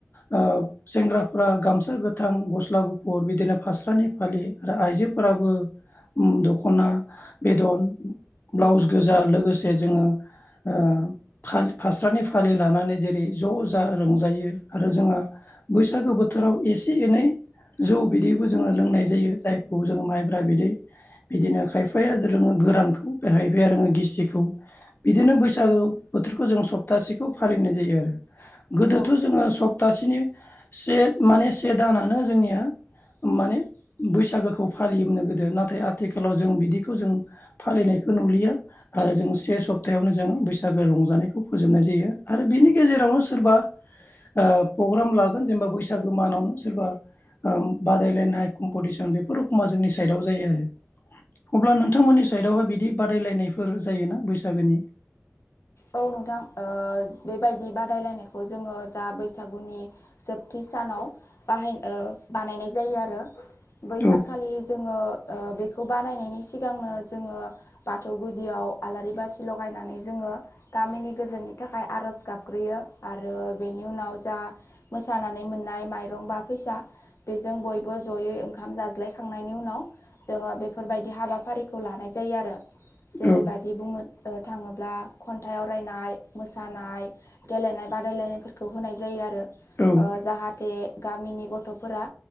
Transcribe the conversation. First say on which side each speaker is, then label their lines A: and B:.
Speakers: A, on the left; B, on the left.
A: ओ सेंग्राफ्रा गामसा गोथां गस्ला गुफुर बिदिनो फास्रानि फालि आरो आइजोफोराबो दख'ना बेदन ब्लाउस गोजा लोगोसे जोङो ओ फालि फास्रानि फालि लानानै जेरै ज' जोङो रंजायो आरो जोङो बैसागो बोथोराव एसे एनै जौ बिदैबो जोङो लोंनाय जायो जायखौ जोङो माइब्रा बिदै बिदिनो खायफाया लोङो गोरानखौ बे खायफाया लोङो गिसिखौ बिदिनो बैसागो बोथोरखौ जों सप्तासेखौ फालिनाय जायो आरो गोदोथ'
B: औ
A: जोङो सप्तासेनि से माने से दानानो जोंनिया माने बैसागोखौ फालियोमोननो गोदो ना- थाय आथिखालाव जों बिदिखौ जों फालिनायखौ नुलिया आरो जों से सप्तायावनो जों बैसा- गो रंजानायखौ फोजोबनाय जायो आरो बिनि गेजेरावनो सोरबा ओ प्रग्राम लागोन जेनेबा बैसागो मानावनो सोरबा ओम बादायलायनाय कम्पिटिसन बेफोर एखनबा जोंनि साइडआव जायो आरो। अब्ला नोंथांमोननि साइदआवहाय बिदि बादायलायनायफोर जायोना बैसागोनि?
B: औ नोंथां ओ बेबायदि बादायलायनायखौ जोङो जा बैसागुनि जोबथि सानाव बाहाय ओ बानायनाय जायो आरो बै
A: औ
B: सानखालि जोङो ओ बेखौ बानायनायनि सिगांनो जोङो बाथौ गुदियाव आलारि बाथि लगायनानै जोङो गामिनि गोजोननि थाखाय आर'ज गाबग्रोयो आरो बेनि उनाव जा मोसानानै मोन- नाय माइरं बा फैसा बेजों बयबो जयै ओंखाम जाज्लायखांनायनि उनाव जोङो बेफोरबायदि हाबाफारिखौ लानाय जायो आरो जेरैबायदि
A: औ
B: बुंनो थाङोब्ला खन्थाइ आवरायनाय मोसानाय गेलेनाय बादायलायनायफोरखौ होनाय जायो आरो
A: औ
B: ओ जाहाथे गामिनि गथ'फोरा